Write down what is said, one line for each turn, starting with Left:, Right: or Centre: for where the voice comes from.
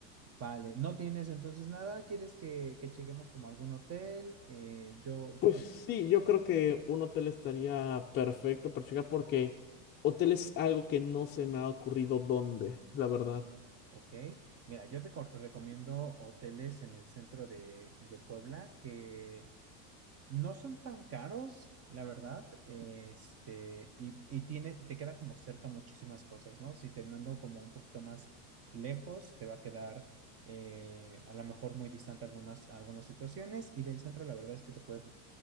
Right: vale, ¿no tienes entonces nada? ¿Quieres que, que lleguemos como a algún hotel? Eh, yo, yo
Left: Pues
Right: con...
Left: sí, yo creo que un hotel estaría perfecto, perfecto, porque hotel es algo que no se me ha ocurrido dónde, la verdad.
Right: Ok, mira, yo te co- recomiendo hoteles en el centro de, de Puebla que No son tan caros, la verdad, este, y, y tiene, te queda como cerca muchísimas cosas, ¿no? Si te mando como un poquito más lejos, te va a quedar eh, a lo mejor muy distante algunas, algunas situaciones, y del centro la verdad es que te puedes